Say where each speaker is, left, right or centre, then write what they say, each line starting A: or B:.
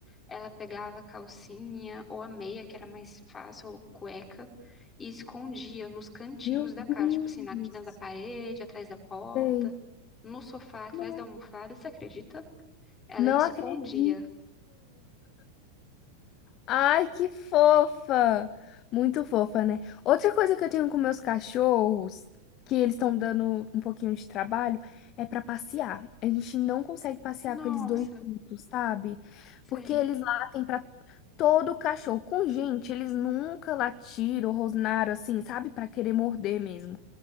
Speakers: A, on the left (about 15°); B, on the left (about 35°).
A: ela pegava a calcinha ou a meia, que era mais fácil, ou cueca, e escondia nos cantinhos
B: Meu
A: da
B: Deus,
A: casa, tipo assim, na quina da parede, atrás da porta
B: sei.
A: no sofá, atrás
B: Não
A: da almofada, você acredita? Ela
B: não
A: escondia.
B: acredito. Ai, que fofa! Muito fofa, né? Outra coisa que eu tenho com meus cachorros, que eles estão dando um pouquinho de trabalho, é pra passear. A gente não consegue passear
A: Nossa,
B: com eles dois juntos, sabe?
A: sei.
B: Porque eles latem pra todo cachorro. Com gente, eles nunca latiram, rosnaram assim, sabe? Pra querer morder mesmo.